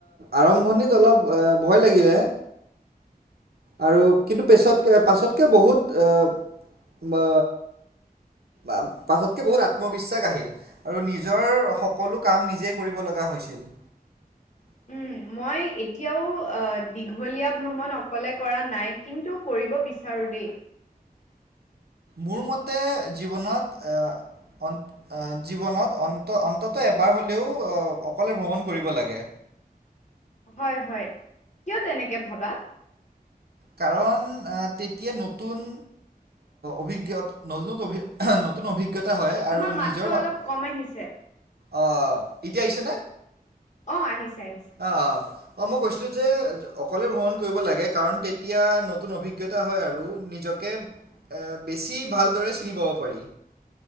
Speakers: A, on the right; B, on the left.
A: আৰম্ভণিত অলপ আ ভয় লাগিলে। আৰু কিন্তু পেছত-পাছতকে বহুত আ বা আ পাছতকে বহুত আত্মবিশ্বাস আহিল। আৰু নিজৰ সকলো কাম নিজেই কৰিব লগা হৈছিল। <inaudible>
B: উম মই এতিয়াও আ দীঘলীয়া ভ্ৰমণ অকলে কৰা নাই, কিন্তু কৰিব বিচাৰোঁ দেই।
A: মোৰ মতে, জীৱনত আ অন, জীৱনত অন্ত-অন্ততঃ এবাৰ হ'লেও অকলে ভ্ৰমণ কৰিব লাগে।
B: হয় হয়, কিয় তেনেকে ভাবা?
A: কাৰণ আ তেতিয়া নতুন অভিজ্ঞত <unintelligible> নতুন অভিজ্ঞতা হয়
B: তোমাৰ
A: আৰু
B: মাতটো
A: নিজৰ বাবে।
B: অলপ কম আহিছে।
A: অ, এতিয়া আহিছে নে?
B: অ, আহিছে -আহিছে।
A: আহ অ', মই কৈছিলো যে অকলে ভ্ৰমণ কৰিব লাগে কাৰণ তেতিয়া নতুন অভিজ্ঞতা হয় আৰু নি নিজকে আ বেছি ভালদৰে চিনি পাব পাৰি।